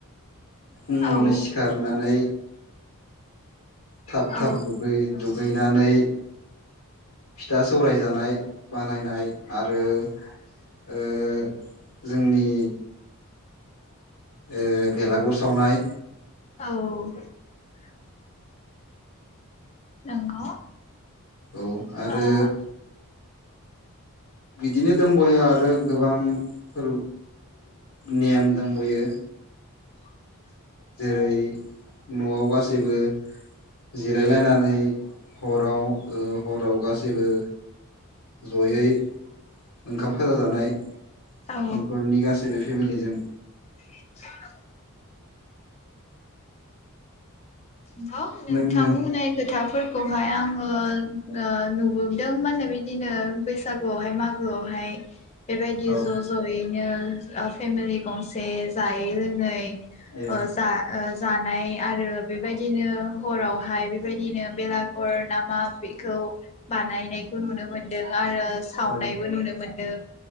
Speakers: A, on the left; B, on the left.
A: फुङावनो
B: औ
A: सिखारनानै थाब
B: औ
A: थाब दुगै दुगै। बिनानै फिथा सौराय जानाय बानायनाय आरो ओ जोंनि ओ भेलागुर सावनाय।
B: औ नंगौ।
A: औ आरो
B: ओ औ
A: बिदिनो दंबायो आरो गोबांफोर नेम दंबायो।
B: <inaudible>
A: जेरै न'आव गासैबो जिरायलायनानै हराव ओ हराव गासैबो जयै ओंखाम खाजा जानाय।
B: नंगौ
A: नखरनि गासेैबो। फेमिलिजों
B: <inaudible> नंगौ नोंथां
A: नों नों
B: बुंनाय खोथा फोरखौहाय आङो ओ नुबोदों मा होनो बिदिनो बैसागुआवहाय मागोआवहाय। बेबायदि
A: औ
B: ज' ज'यैनो फेमिलि गंसे जायै लोङै अ
A: ए
B: जा ओ जानाय आरो बे बिनो हरावहाय बेबायदिनो बेलाघर ना मा बेखौ बानायनायखौ नुनो मोनदों सावनायबो
A: औ
B: नुनो मोनदों